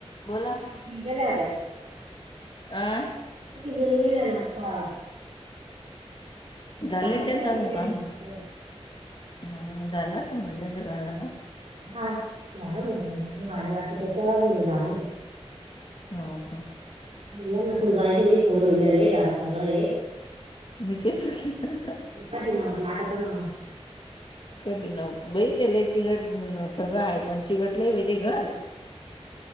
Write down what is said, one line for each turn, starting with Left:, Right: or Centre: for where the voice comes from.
Left: बोला.
Right: तीघीजणी गेल्या होत्या
Left: आं
Right: तीघीजणी गेल्या ना आता ते कार्ड
Left: झालं
Right: करायला
Left: त्यांचं अजून
Right: गेले
Left: काम.
Right: म्हण तेव्हा
Left: हा झालं असेल म्हणे त्यांच <unintelligible>
Right: हा झालं म्हणेज ल मी भांडे घासतो तेवज म्हणे झालं
Left: हो का
Right: या ना कुठे जायचं बाई फोर व्हीलर आहे घरात सगळं आहे
Left: मी तेच म्हटलं
Right: कधी नवत लागत <unintelligible>
Left: कधी न बाई तेला चिगट सगळं आहे पण चिगट लय बाई ते घर